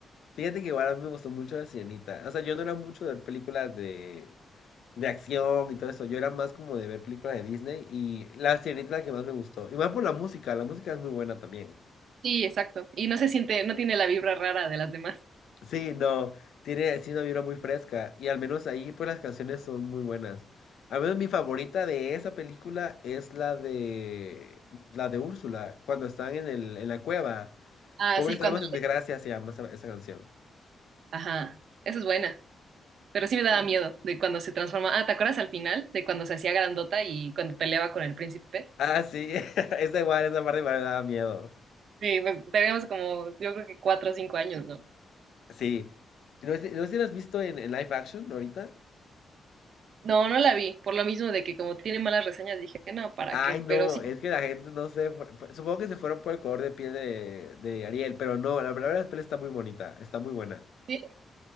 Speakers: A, on the left; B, on the right.
A: fíjate que igual a mí me gustó mucho la sirenita. O sea, yo no era mucho de ver películas de, de acción y todo eso. Yo era más como de ver películas de Disney y la sirenita es la que más me gustó. Y más por la música, la música es muy buena también.
B: Sí, exacto. Y no se siente, no tiene la vibra rara de las demás.
A: Sí, no, tiene sí una vibra muy fresca y al menos ahí pues las canciones son muy buenas. Al menos mi favorita de esa película es la de la de Úrsula, cuando están en el, en la cueva.
B: Ah,
A: Pobres
B: sí, cuando
A: almas en desgracia
B: le...
A: se llama esa esa canción.
B: Ajá, esa es buena. Pero sí me daba miedo de cuando se transforma. Ah, ¿te acuerdas al final de cuando se hacía grandota y cuando peleaba con el príncipe?
A: Ah, sí, <laughs> esa igual, esa parte igual me daba miedo.
B: Sí, pues teníamos como, yo creo que cuatro o cinco años, ¿no?
A: Sí. No sé, no sé si lo has visto en, en live action ahorita.
B: No, no la vi. Por lo mismo de que como tiene malas reseñas, dije, no, ¿para
A: Ay,
B: qué?
A: no,
B: Pero sí,
A: es que la gente no sé. por- por- Supongo que se fueron por el color de piel de, de Ariel, pero no, la verdad la piel está muy bonita, está muy buena.
B: sí,